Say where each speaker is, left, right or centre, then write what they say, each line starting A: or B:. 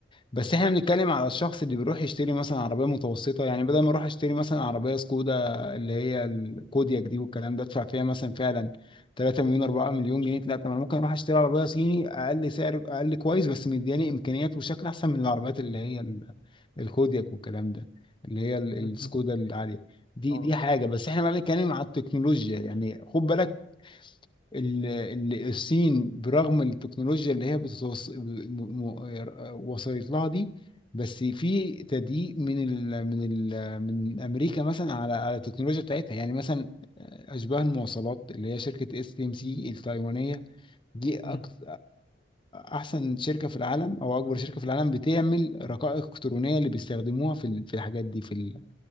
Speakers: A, on the left; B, on the left.
A: بس احنا بنتكلم على الشخص اللي بيروح يشتري مثلا عربية متوسطة يعني بدل ما اروح اشتري مثلا عربية سكودا اللي هي الكودياك دي والكلام ده ادفع فيها مثلا فعلا 3 مليون 4 مليون جنيه لا طب انا ممكن اروح اشتري عربية صيني اقل سعر اقل كويس بس مدياني امكانيات وشكل احسن من العربيات اللي هي ال- الكودياك والكلام ده اللي هي ال-
B: بالظبط
A: السكودا العالية دي
B: اه
A: دي حاجة
B: اه
A: بس احنا بقى بنتكلم على التكنولوجيا يعني خد بالك ال- ال- الصين برغم التكنولوجيا اللي هي بتوص... م- م- وصلت لها دي بس في تضييق من ال... من ال... من امريكا مثلا على على التكنولوجيا بتاعتها يعني مثلا آه، اشباه المواصلات اللي هي شركه اس تي ام سي التايوانيه دي أكت...
B: امم
A: احسن شركه في العالم او اكبر شركه في العالم بتعمل رقائق الكترونيه اللي بيستخدموها في ال- في الحاجات دي في ال...